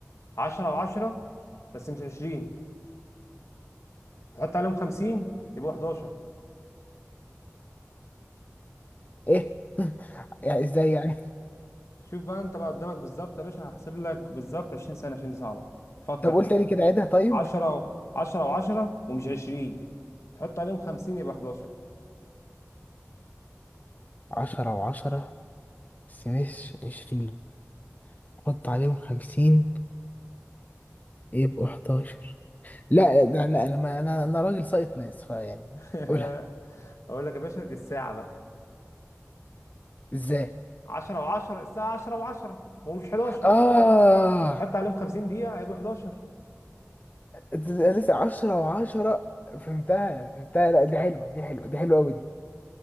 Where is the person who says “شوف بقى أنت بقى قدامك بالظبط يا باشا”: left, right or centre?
Left